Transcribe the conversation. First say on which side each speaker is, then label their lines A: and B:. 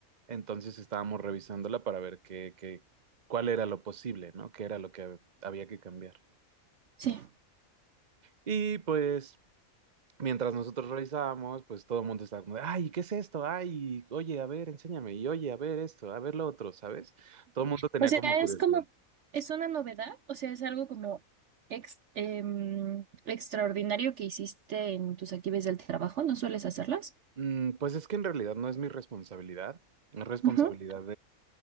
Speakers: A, on the right; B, on the right.
A: Entonces estábamos revisándola para ver qué, qué- cuál era lo posible, ¿no? Qué era lo que había que cambiar.
B: Sí.
A: Y pues, mientras nosotros revisábamos, pues todo el mundo estaba como de, ay, ¿qué es esto? Ay, oye, a ver, enséñame. Y oye, a ver esto, a ver lo otro, ¿sabes? Todo el mundo tenía
B: O sea,
A: como curiosidad.
B: es como, es una novedad, o sea, es algo como ex- em, extraordinario que hiciste en tus actividades del trabajo, ¿no sueles hacerlas?
A: Mm, pues es que en realidad no es mi responsabilidad. Es responsabilidad
B: Ujú,